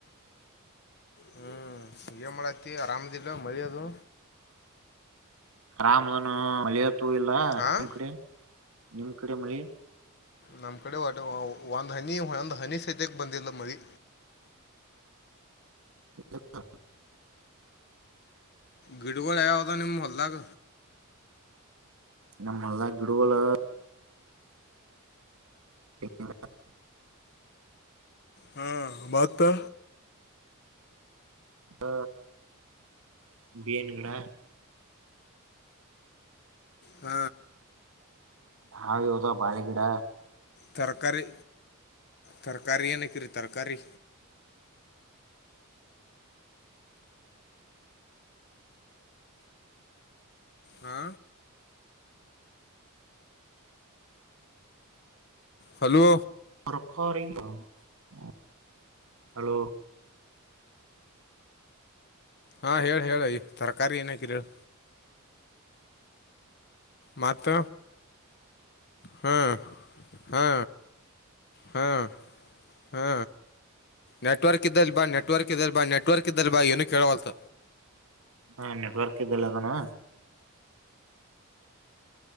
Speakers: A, on the left (about 50°); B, on the right (about 65°).
A: ಹ್ಮ್ ಏನ್ ಮಾಡತಿ ಆರಾಮದಿಲ್ಲ ಮಳಿಯದು?
B: ಆರಾಮನು ಮಳಿಯ ತೋ ಇಲ್ಲ
A: ಹಾಂ
B: ನಿಮ್ಮ್ ಕಡೆ? ನಿಮ್ ಕಡೆ ಮಳಿ?
A: ನಮ್ಮ ಕಡೆ ಒಟ ಒಂದ್ ಹನಿ ಒಂದ್ ಹನಿ ಸದ್ಯಕ್ಕೆ ಬಂದಿಲ್ಲ ಮಳಿ.
B: <unintelligible>
A: ಗಿಡಗಳ್ ಯಾವ್ ಅದಾವ್ ನಿಮ್ ಹೊಲ್ದಾಗ?
B: ನಮ್ಮಲ್ಲಾ ಗಿಡುವಳು <unintelligible>
A: ಹಾ ಮಾತ್ತ?
B: ಹ ಬಿಯನು ಗಿಡ
A: ಹ
B: ಹಾಗ್ ಇದಾವ್ ಬಾಳೆಗಿಡ.
A: ತರಕಾರಿ ತರಕಾರಿ ಏನಕ್ಕಿರಿ ತರಕಾರಿ? ಹಾ ಹಲೋ
B: <unintelligible> ಹಲೋ
A: ಹಾ ಹೇಳ ಹೇಳಯ ತರಕಾರಿ ಏನಾಕಿರಿ ಹೇಳ್? ಮತ್ತ ಹ್ಮ್ ಹಾ ಹಾ ಹಾ ನೆಟ್ವರ್ಕ್ ಇದ್ದಲ್ ಬಾ ನೆಟ್ವರ್ಕ್ ಇದೆಲ್ ಬಾ ನೆಟ್ ವರ್ಕ್ ಇದ್ದಲ್ ಬಾ ಏನು ಕೇಳುವಲ್ತ್.
B: ಹಾ ನೆಟ್ವರ್ಕ್ ಇದ್ದಲ್ಲದುಣು